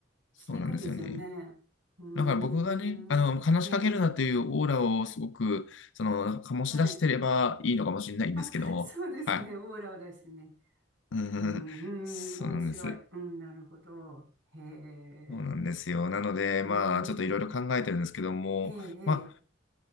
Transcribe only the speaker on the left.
そうなんですよね。
だから僕がね、あの、話しかけるなっていうオーラをすごく、
その、醸し出してればいいのかもしれないんですけど、
はい。
うん、
そうなんです。
そうなんですよ。なので、
まあ、ちょっといろいろ考えてるんですけども、
まあ、